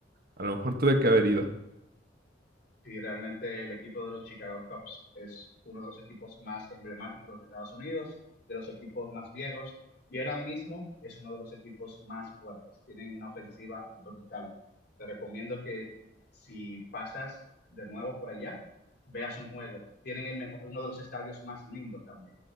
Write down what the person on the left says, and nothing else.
Sí, realmente el equipo de los Chicago Cubs es uno de los equipos más emblemáticos de Estados Unidos, de los equipos más viejos, y ahora mismo es uno de los equipos más fuertes. Tienen una ofensiva brutal. Te recomiendo que si pasas de nuevo por allá, veas un juego. Tienen el mejor, uno de los estadios más lindos también.